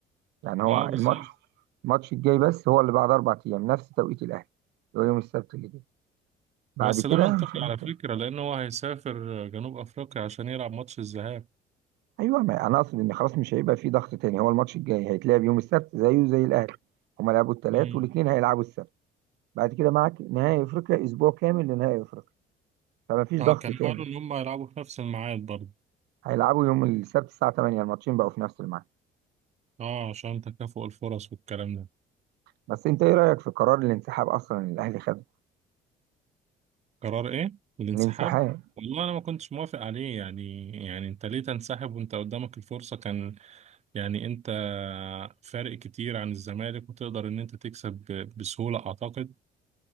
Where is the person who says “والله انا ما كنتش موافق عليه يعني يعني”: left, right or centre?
Right